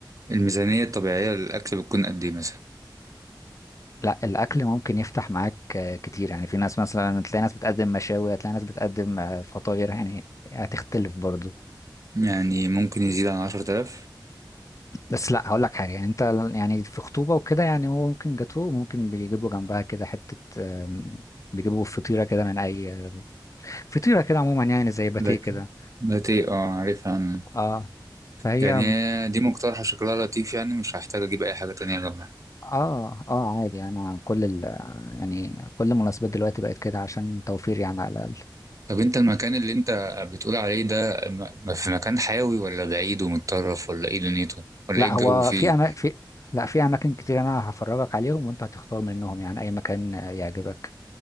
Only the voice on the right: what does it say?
الميزانية الطبيعية للأكل بتكون قد إيه مثلا؟
يعني ممكن يزيد عن عشرة آلاف
لكن
بقت إيه أه عارفها أنا
يعني هي دي مقترحة شكلها لطيف يعني مش هحتاج أجيب أي حاجة تانية جنبها
طب أنت المكان اللي أنت بتقول عليه ده م- م- في مكان حيوي ولا بعيد ومتطرف ولا إيه دنيته؟ ولا
إيه الجو
فيه؟